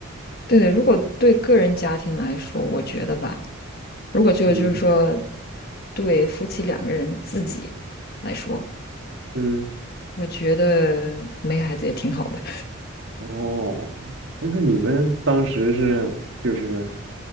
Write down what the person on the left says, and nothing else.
对的，如果对个人家庭来说，我觉得吧，如果就就是说，
对夫妻两个人自己来说，
我觉得没孩子也挺好的。